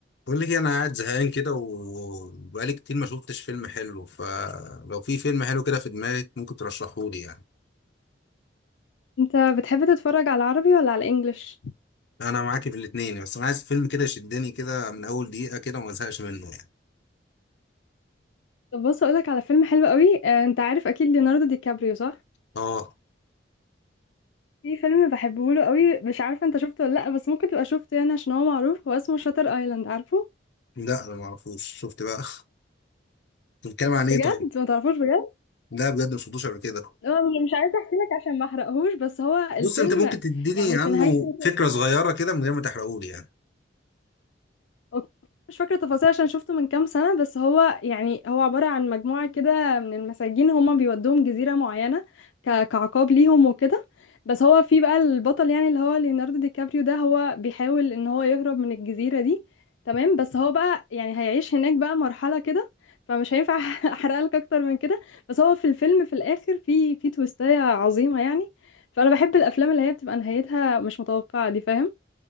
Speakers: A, on the left (about 65°); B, on the left (about 80°).
A: بقول لك إيه، انا قاعد زهقان كده وبقالي كتير ما شفتش فيلم حلو فلو في فيلم حلو كده في دماغك ممكن ترشحه لي يعني
B: انت بتحب تتفرج على العربي ولا على الانجليش
A: انا معاكي في الاتنين بس انا عايز فيلم كده يشدني كده من اول دقيقة كده وما ازهقش منه يعني
B: طب بص اقولك على فيلم حلو قوي آه، انت عارف اكيد ليوناردو دي كابريو صح
A: اه
B: في فيلم بحبه له قوي مش عارفه انت شفته ولا لا بس ممكن تبقى شفته يعني عشان هو معروف هو اسمه شاتر ايلاند عارفه
A: لا انا ما اعرفوش شفت بقى <laughs> أنت بتتكلم عن ايه
B: بجد
A: طيب
B: ما تعرفوش بجد
A: لا بجد ما شفتوش قبل كده
B: هو مش مش عايزه احكي لك عشان ما احرقهوش بس هو
A: بص
B: الفيلم
A: انت ممكن تديني
B: يعني
A: عنه
B: في نهايته
A: فكرة صغيرة كده من غير ما تحرقه لي يعني
B: اوكي مش فاكرة تفاصيل عشان شفته من كام سنة بس هو يعني هو عبارة عن مجموعة كده من المساجين هما بيودوهم جزيرة معينة ك- كعقاب ليهم وكده بس هو في بقى البطل يعني اللي هو ليوناردو دي كابريو ده هو بيحاول ان هو يهرب من الجزيرة دي تمام بس هو بقى يعني هيعيش هناك بقى مرحلة كده فمش هينفع <laughs> احرق لك اكتر من كده بس هو في الفيلم في الاخر في في تويستاية عظيمة يعني فانا بحب الافلام اللي هي بتبقى نهايتها مش متوقعة دي فاهم